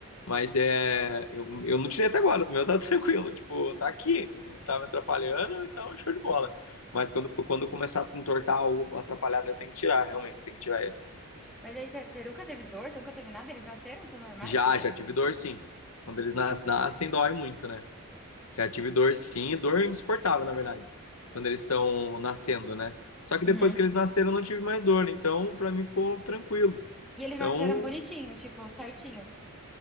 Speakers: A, on the left (about 80°); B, in the centre.
A: Mas é, eu, eu não tirei até agora, o meu tá <laughs> tranquilo, tipo, tá aqui, não tá me atrapalhando, então show de bola. Mas quando, quando começar a entortar ou atrapalhar, daí eu tenho que tirar, realmente, tenho que tirar ele.
B: Mas aí você, você nunca teve dor, você nunca teve nada? Eles nasceram, tão normais,
A: Já,
B: né?
A: já tive dor sim. Quando eles nas- nascem, dói muito, né? Já tive dor sim, dor insuportável, na verdade, quando eles estão nascendo, né? Só que
B: Uhum.
A: depois que eles nasceram eu não tive mais dor, então pra mim ficou tranquilo.
B: E eles
A: Então,
B: nasceram bonitinhos, tipo, certinhos.